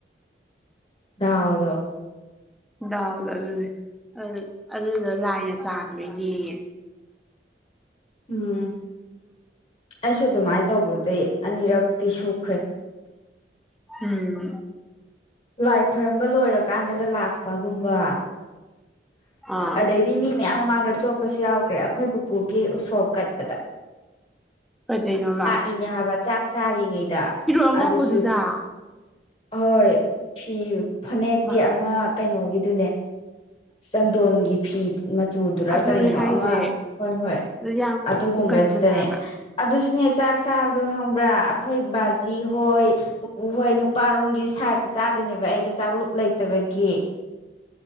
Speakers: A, on the left; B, in the centre.
A: ꯗꯥꯎꯗꯣ
B: ꯗꯥꯎꯗꯣ ꯑꯗꯨꯅꯦ ꯑꯗꯨ ꯑꯗꯨꯗꯣ ꯂꯥꯏꯅ ꯆꯥꯟꯕꯩꯅꯦꯌꯦ
A: ꯎꯝ ꯑꯩꯁꯨ ꯑꯗꯨꯃꯥꯏ ꯇꯧꯕꯗꯩ ꯑꯅꯤꯔꯛꯇꯤ ꯁꯨꯈ꯭ꯔꯦ
B: ꯎꯝ
A: ꯂꯥꯏ ꯈꯣꯏꯔꯝꯕ ꯂꯣꯏꯔꯀꯥꯟꯗꯒ ꯂꯥꯛꯄꯒꯨꯝꯕ
B: ꯑꯥ
A: ꯑꯗꯩ ꯗꯤ ꯃꯤ ꯃꯌꯥꯝ ꯃꯃꯥꯡꯗ ꯆꯣꯞꯄꯁꯨ ꯌꯥꯎꯈ꯭ꯔꯦ ꯑꯩꯈꯣꯏ ꯄꯨꯄꯨꯒꯤ ꯎꯁꯣꯞ ꯀꯠꯄꯗ
B: ꯀꯗꯩꯅꯣꯕ
A: ꯏꯅꯦ ꯍꯥꯏꯕ ꯆꯥꯛ ꯆꯥꯔꯤꯉꯩꯗ
B: ꯑꯉꯧꯕꯗꯨꯗ
A: ꯑꯗꯨꯖꯨ ꯍꯣꯏ ꯐꯤ ꯐꯅꯦꯛꯇꯤ
B: ꯃꯥ
A: ꯑꯃ ꯀꯩꯅꯣꯒꯤꯗꯨꯅꯦ ꯆꯟꯗꯣꯟꯒꯤ ꯐꯤ ꯃꯆꯨꯗꯨꯔ
B: ꯑꯗꯨꯅꯦ
A: ꯀꯔꯤꯅꯣ
B: ꯍꯥꯏꯁꯦ
A: ꯑꯃ ꯍꯣꯏ ꯍꯣꯏ
B: ꯑꯗꯨ ꯌꯥꯝ
A: ꯑꯗꯨꯒꯨꯝꯕꯗꯨꯗꯅꯦ
B: ꯎꯒꯟꯕꯅꯦ ꯍꯥꯏꯕ
A: ꯑꯗꯨꯁꯨꯅꯦ ꯆꯥꯛ ꯆꯥꯕꯗꯣ ꯈꯪꯕ꯭ꯔꯥ ꯑꯩꯈꯣꯏ ꯕꯥꯖꯤ ꯍꯣꯏ ꯄꯨꯄꯨ ꯍꯣꯏ ꯅꯨꯄꯥꯔꯣꯝꯒꯤ ꯁꯥꯏꯠꯇ ꯆꯥꯗꯣꯏꯅꯦꯕ ꯑꯩꯗꯣ ꯆꯥꯛꯂꯨꯛ ꯂꯩꯇꯕꯒꯤ